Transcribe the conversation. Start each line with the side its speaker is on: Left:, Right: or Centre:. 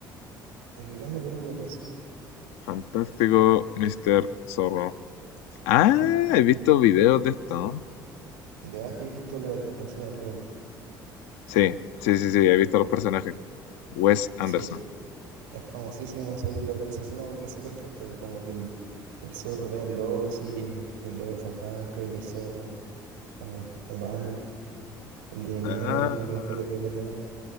Right: El Gran Hotel Budapest.
Left: Fantástico, Mr. Zorro. Ah,
Right: Mm.
Left: he visto videos de esto, ¿no?
Right: De más que he visto la, del- la escena del lobo.
Left: Sí, sí, sí, sí, he visto los personajes. Wes Anderson.
Right: Sí, es famosísima esa película por esa escena porque es súper fuerte, po, como que el, el zorro ve al lobo así, y el lobo salvaje y el zorro como humano. Él tiene
Left: Ah,
Right: miedo y como que después le pierde el miedo.